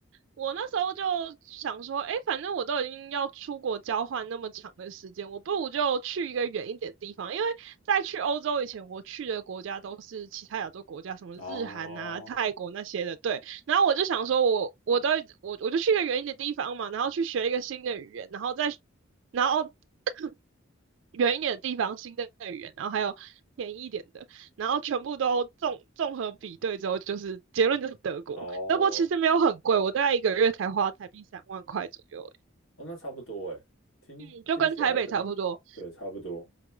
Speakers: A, on the right; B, on the left.
A: 我那时候就想说，哎，反正我都已经要出国交换那么长的时间，我不如就去一个远一点的地方。因为在去欧洲以前，我去的国家都是其他亚洲国家，什么日韩啊、
B: 哦
A: 泰国那些的。对，然后我就想说我，我我都我我就去一个远一点的地方嘛，然后去学一个新的语言，然后再然后 <coughs> 远一点的地方新的语言，然后还有便宜一点的。然后全部都综综合比对之后，就是结论就是德国。
B: 哦
A: 德国其实没有很贵，我大概一个月才花台币三万块左右而
B: 哦，那差不多哎，听听起来跟对差不多，
A: 已，嗯，就跟台北差不多。